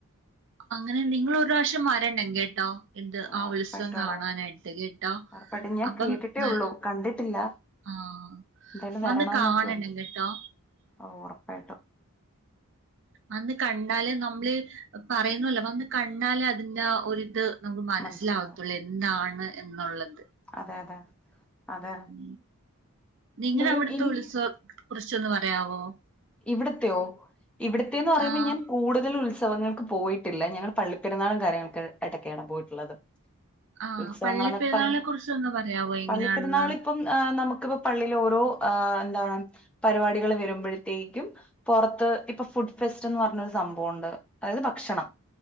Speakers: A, on the right; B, in the centre.
A: അങ്ങനെ നിങ്ങൾ ഒരു പ്രാവശ്യം വരണം കേട്ടോ എന്ത് ആ
B: ഉറപ്പായിട്ടും
A: ഉത്സവം കാണാനായിട്ട്
B: എടാ
A: കേട്ടോ
B: ഉറപ്പായിട്ടും ഞാൻ
A: അപ്പം
B: കേട്ടിട്ടേ
A: ന
B: ഉള്ളൂ കണ്ടിട്ടില്ല
A: ആഹ
B: എന്തായാലും
A: വന്ന്
B: വരണോന്നൊക്കെയുണ്ട്
A: കാണണം കട്ടോ
B: ഓ ഉറപ്പായിട്ടും
A: അന്ന് കണ്ടാല് നമ്മള് പറയുന്നുല്ലോപ്പ വന്ന് ന കണ്ടാലെ അതിന്റെ ഒരിത് നമുക്ക് മനസ്സിലാവത്തുള്ളൂ
B: മനസ്സിലാവും
A: എന്താണ് എന്നുള്ളത്
B: അതെ അതെ അതെ
A: ഉ നിങ്ങ
B: എന്തായാലും
A: അവിടുത്തെ
B: ഇനി
A: ഉത്സവ കുറിച്ചൊന്ന് പറയാവോ
B: ഇവിടത്തെയോ ഇവിടത്തേന്ന് പറയുമ്പോ
A: ആഹ്
B: ഞാൻ കൂടുതൽ ഉത്സ ഉത്സവങ്ങൾക്ക് പോയിട്ടില്ല ഞങ്ങൾ പള്ളിപ്പെരുന്നാളും കാര്യങ്ങൾക്ക ഇടൊക്കെയാണ് പോയിട്ടുള്ളത്
A: ആഹ്
B: ഉത്സവങ്ങ
A: പള്ളിപ്പെരുന്നാളിനെ
B: എന്നൊക്കെ പറയുമ്പ
A: കുറിച്ചൊന്ന് പറയാവോ എങ്ങനെയാണെന്ന്
B: പള്ളിപ്പെെരുന്നാൾ ഇപ്പം നമുക്കിപ്പ പള്ളിൽ ഓരോ ന്താ പരിപാടികൾ വരുമ്പോഴത്തേക്കും പുറത്ത് ഇപ്പൊ ഫുഡ്‌ ഫെ സ്റ്റ് പറഞ്ഞ ഒരു സംഭവുണ്ട് അത് ഭക്ഷണം